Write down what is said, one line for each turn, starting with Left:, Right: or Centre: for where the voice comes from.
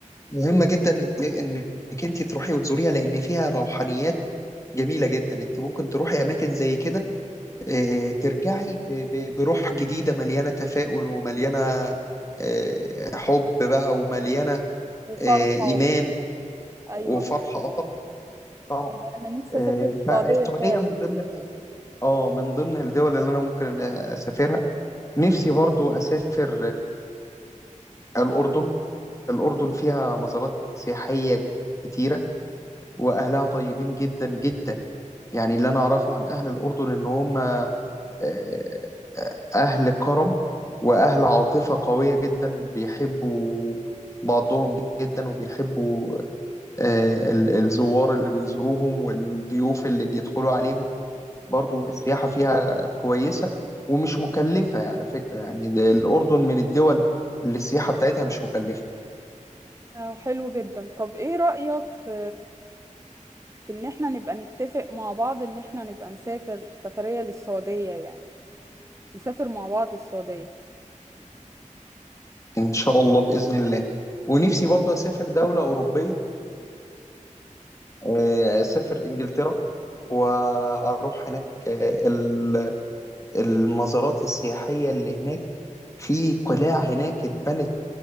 Left: مهمة جدا ت- انك انت تروحي وتزوريها لان فيها روحانيات جميلة جدا انت ممكن تروحي اماكن زي كده آه، ترجعي ب- ب- بروح جديدة مليانة تفاؤل ومليانة آه، حب بقى ومليانة
Right: وفرحة
Left: آه، إيمان
Right: و... أيوة
Left: وفرحة آه طبعا طبعا
Right: أيوة أنا نفسي
Left: آه،
Right: أسافر السعودية
Left: فالسعودية
Right: فعلا
Left: من ضمن الحاجات اه من ضمن الدول اللي أنا ممكن أسافرها نفسي برضو أسافر آه، الأردن الأردن فيها مزارات سياحية كتيرة وأهلها طيبين جدا جدا يعني اللي أنا أعرفه عن أهل الأردن إن هم آه، آه، أهل كرم وأهل عاطفة قوية جدا بيحبوا بعضهم جدا وبيحبوا آه، ال- الزوار اللي بيزوروهم والضيوف اللي بيدخلوا عليهم برضو السياحة فيها كويسة ومش مكلفة يعني على فكرة يعني ده الأردن من الدول اللي السياحة بتاعتها مش مكلفة
Right: آه، حلو جدا طب إيه رأيك في في إن إحنا نبقى نتفق مع بعض إن إحنا نبقى نسافر سفرية للسعودية يعني نسافر مع بعض السعودية
Left: إن شاء الله بإذن الله ونفسي برضو أسافر دولة أوروبية آه، أسافر إنجلترا وأروح هناك آه، ال- المزارات السياحية اللي هناك في قلاع هناك اتبنت